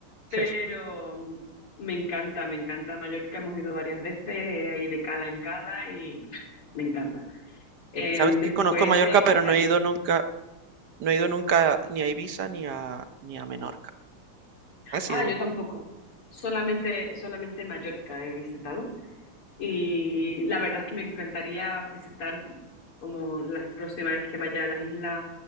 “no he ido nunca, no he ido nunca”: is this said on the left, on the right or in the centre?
Right